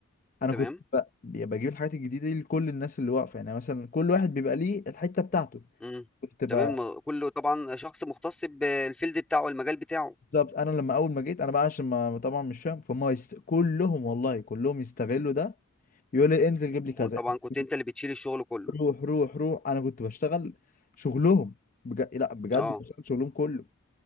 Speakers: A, on the left; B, in the centre.
A: انا
B: تمام
A: كنت ب... بجيب الحاجات الجديده دي لكل الناس اللي واقفه يعني مثلا كل واحد بيبقى ليه الحته بتاعته
B: امم
A: كنت ب...
B: تمام ما- كله طبعا شخص مختص بالفيلد بتاعه المجال بتاعه
A: بالظبط انا لما اول ما جيت انا بقى عشان ما طبعا مش فاهم فهم يست... كلهم والله كلهم يستغلوا ده يقول لي انزل جيب لي كذا
B: وطبعا
A: انزل
B: كنت
A: جيب
B: انت
A: لي كذا.
B: اللي بتشيل الشغل كله
A: روح روح روح انا كنت بشتغل شغلهم بجد لا بجد
B: اه
A: بشتغل شغلهم كله